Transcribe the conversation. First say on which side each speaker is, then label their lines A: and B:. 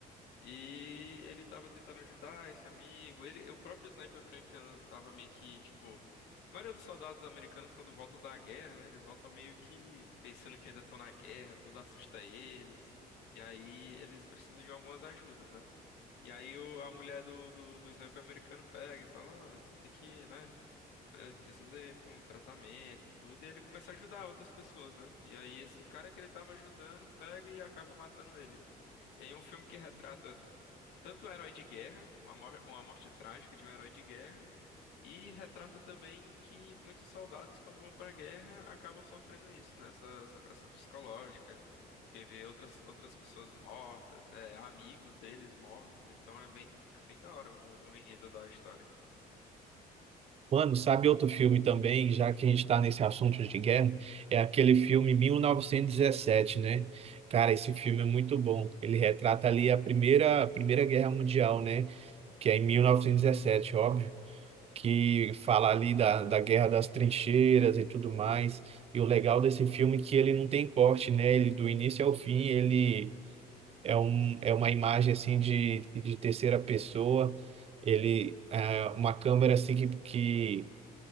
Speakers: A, on the left (about 80°); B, on the right (about 35°).
A: E ele tava tentando ajudar esse amigo. Ele, o próprio sniper americano tava meio que, tipo, a maioria dos soldados americanos, quando voltam da guerra, né? Eles voltam meio que pensando que ainda estão na guerra, tudo assusta eles. E aí eles precisam de algumas ajudas, né? E aí o- a mulher do, do, do sniper americano pega e fala: Ó, você tem que, né? pre- Precisa ir pra um tratamento e tudo. E ele começa a ajudar outras pessoas, né? E aí esse cara que ele tava ajudando pega e acaba matando ele. E aí é um filme que retrata tanto o herói de guerra, uma, mor- uma morte trágica de um herói de guerra, e retrata também que muitos soldados, quando vão para a guerra, acabam sofrendo isso, né? Essa, essa pressão psicológica, que vê outras, outras pessoas mortas, é, amigos deles mortos, então é bem, é bem da hora o, o enredo da história.
B: Mano, sabe outro filme também, já que a gente está nesse assunto de guerra? É aquele filme 1917, né? Cara, esse filme é muito bom. Ele retrata ali a primeira, a Primeira Guerra Mundial, né? Que é em 1917, óbvio. que fala ali da, da guerra das trincheiras e tudo mais. E o legal desse filme é que ele não tem corte, né? Ele do início ao fim, ele é um, é uma imagem assim de, de terceira pessoa. Ele é uma câmera assim que, que